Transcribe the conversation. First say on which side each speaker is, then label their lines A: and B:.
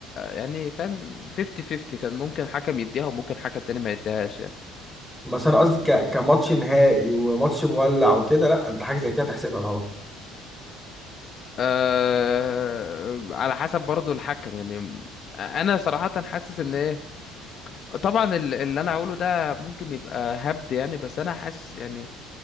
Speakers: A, on the left; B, in the centre.
A: يعني فاهم 50 50 كان ممكن حكم يديها وممكن حكم تاني ما يديهاش يعني
B: بس انا قصدي ك- كماتش نهائي وماتش مولع وكده لا انت حاجه زي كده تحسبها طبعا
A: أه... على حسب برضو الحكم يعني انا صراحه حاسس ان هي طبعا ال- اللي انا هقوله ده ممكن يبقى هبد يعني بس انا حاسس يعني